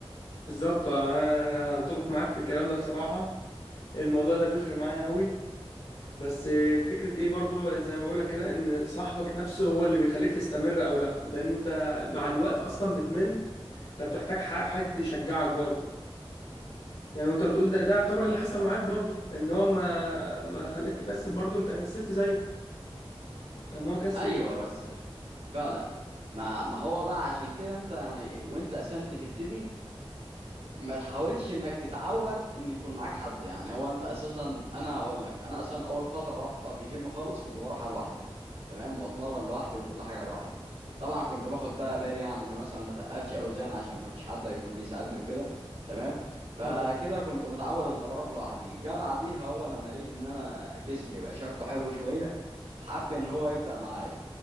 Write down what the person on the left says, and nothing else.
بالظبط انا انا اتفق معاك في الكلام ده بصراحة الموضوع ده بيفرق معايا قوي بس فكرة ايه برضو زي ما بقولك كده ان صاحبك نفسه هو اللي بيخليك تستمر او لا لان انت مع الوقت اصلا بتمل فبتحتاج ح- حد يشجعك برضو يعني وانت بتقول ده ده يعتبر اللي حصل معاك برضو ان هو ما ما خلاك تكسل برضو انت كسلت زيه اما هو كسل
اه